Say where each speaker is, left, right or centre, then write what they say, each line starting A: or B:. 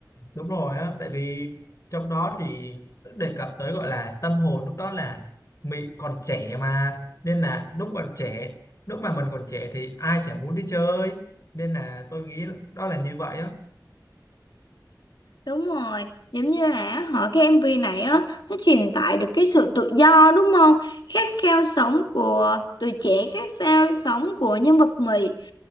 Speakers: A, on the left; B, on the left.
A: đúng rồi á tại vì trong đó thì đề cập tới gọi là tâm hồn lúc đó là mình còn trẻ mà nên là lúc còn trẻ lúc mà mình còn trẻ thì ai chả muốn đi chơi nên là tôi nghĩ đó là như vậy á
B: đúng rồi giống như là họ cái MV này á nó truyền tải được cái sự tự do đúng không khát khao sống của tuổi trẻ khát khao sống của nhân vật Mỹ